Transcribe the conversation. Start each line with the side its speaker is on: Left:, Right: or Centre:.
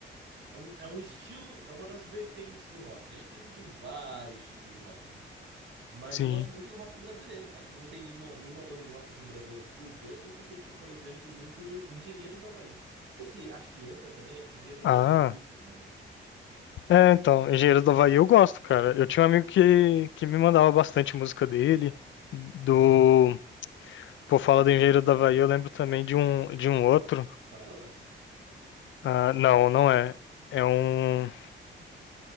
Right: É um, é um estilo, é uma das vertentes do rock, né? Que existem vários tipos de rock, né? Mas
Left: Sim.
Right: eu gosto muito do rock brasileiro, cara. Você não tem nenhuma, nenhuma banda de rock assim brasileiro que você curte? Eu sempre curti, por exemplo, muito Engenheiros do Havaí. Não sei se acho que entra também, né? Porque Engenheiros do
Left: Ah,
Right: Havaí é meio hippie, mano.
Left: é, então, Engenheiro do Havaí eu gosto, cara. Eu tinha um amigo que, que me mandava bastante música dele. Do. Por falar do Engenheiro do Havaí, eu lembro também de um, de um outro.
Right: Paralamas?
Left: Ah, não, não é. É um.